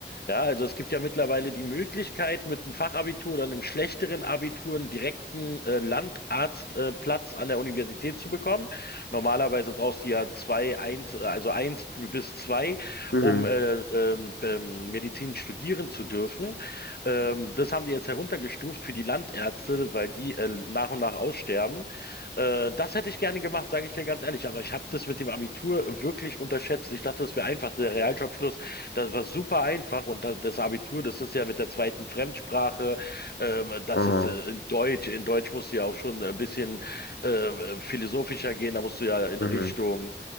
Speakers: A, on the left; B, on the left.
A: Ja, also es gibt ja mittlerweile die Möglichkeit, mit einem Fachabitur oder einem schlechteren Abitur einen direkten äh, Landarztplatz äh, Platz an der Universität zu bekommen. Normalerweise brauchst du ja zwei, eins, äh, also eins bis zwei,
B: Mhm,
A: um äh, ähm, ähm, Medizin studieren zu dürfen. Ähm, das haben die jetzt heruntergestuft für die Landärzte, weil die äh, nach und nach aussterben. Äh, das hätte ich gerne gemacht, sage ich dir ganz ehrlich. Aber ich habe das mit dem Abitur wirklich unterschätzt. Ich dachte, das wäre einfach. Der Realschulabschluss, das war super einfach. Und da- das Abitur, das ist ja mit der zweiten Fremdsprache. Ähm, das
B: aha,
A: ist äh, in Deutsch. In Deutsch musst du ja auch schon ein bisschen äh, äh, philosophischer gehen. Da musst du ja in
B: mhm.
A: Richtung